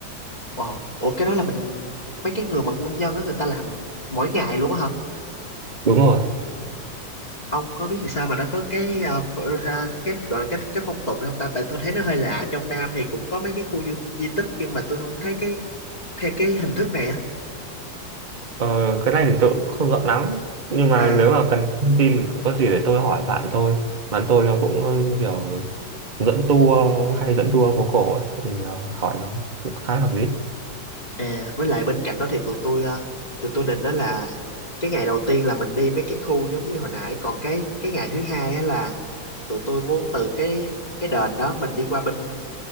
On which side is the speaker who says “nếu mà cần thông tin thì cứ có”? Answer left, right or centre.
Right